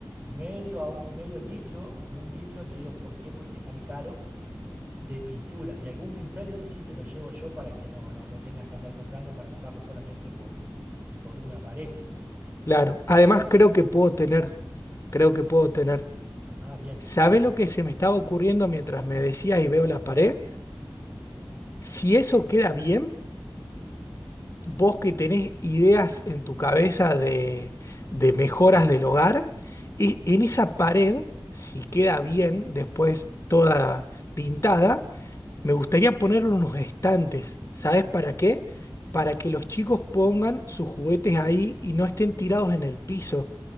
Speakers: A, on the right (about 30°); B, on the left (about 35°).
A: medio, a un, medio litro, un litro, te digo por qué, porque sale caro, de pintura. Y algún pincel, eso sí te lo llevo yo para que no, no, no tengas que andar comprando para usarlo solamente por, por una pared.
B: claro. Además, creo que puedo tener, creo que puedo tener.
A: Ah, bien,
B: ¿Sabe
A: bien,
B: lo
A: bien.
B: que se me estaba ocurriendo mientras me decías y veo la pared? Si eso queda bien. vos que tenés ideas en tu cabeza de, de mejoras del hogar, y en esa pared, si queda bien después toda pintada, me gustaría ponerle unos estantes. ¿Sabes para qué? Para que los chicos pongan sus juguetes ahí y no estén tirados en el piso.